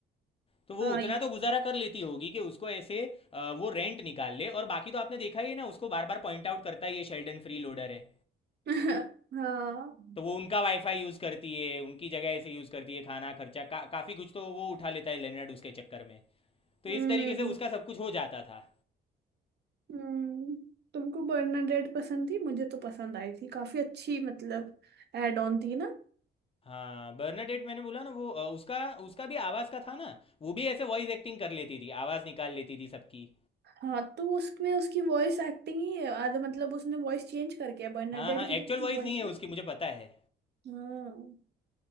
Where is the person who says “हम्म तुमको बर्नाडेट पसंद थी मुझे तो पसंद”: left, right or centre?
Right